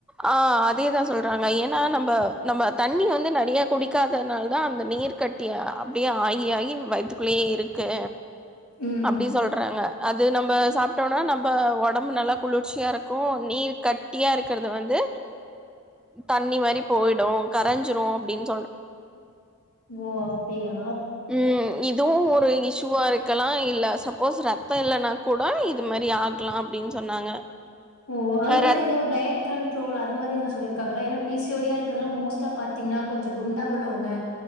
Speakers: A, in the centre; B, on the left (about 75°).
A: ஆ அதேதா சொல்றாங்க ஏன்னா நம்ப நம்ம தண்ணி வந்து நறைய குடி காதனால் தா அந்த நீர் கட்டி அப்டியே ஆயி ஆயி வயித்துக்குள்ளயே இருக்கு
B: ம்
A: அப்டி சொல்றாங்க அது நம்ப சாப்டோனா நம்ப ஒடம்பு நல்லா குளிர்ச்சியா இருக்கு நீர் கட்டியா இருக் கற்து‌ வந்து தண்ணி மாரி போயிடு கரஞ்சிரு அப்டின்
B: ஓ நீயா
A: ம் இதுவு ஒரு இஷுவா இரு க்கலா இல்ல சப்போஸ் ரத்தொ இல்லன்னா கூட இது மாரி ஆகலா அப்டின் சொன்னாங்க
B: ஓ அது
A: அ
B: மாரி
A: ரத்
B: எதோ டயட் கன்ட்ரோல் அது மாரி எதா சொல்லிருக்காங்கலா ஏனா பி சி ஓ டி யா இருக்கதுல்லா மோஸ்ட்டா பாத்தீங்னா கொஞ்சொ குண்டா உள்ளவுங்க